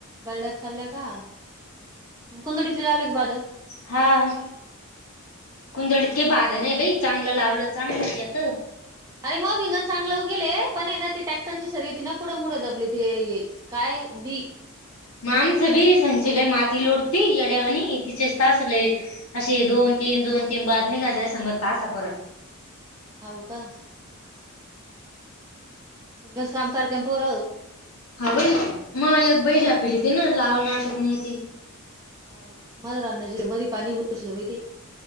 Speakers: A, on the right; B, on the left.
A: बरड्यात चालल्या का? कुंदडीतले लावले का भात.
B: हां कुंदडीत की भात नाही बाई चांगलं लावलं चांगलच येत.
A: अरे, मऊ भिंगल चांगलं ऊगेल हे पण हे ना ती ट्रॅक्टरची सर्वी ची ना कुठं मुड़ दबली ते ये. काय बी
B: म आमचं भी संची लंय मात लोटती येड्यावाणी तिचे तासले असे दोन तीन दोन तीन बाद निघाले अस मरतात. सातपोरं.
A: हो कां? कसं काम करत्यांन पोंर
B: हां बई मग एक बाई झापेली तीनं लाव ना टूकण्याची
A: हो माझ्या रानाची ईथं मध्ये पाणी घुसलं बई ते.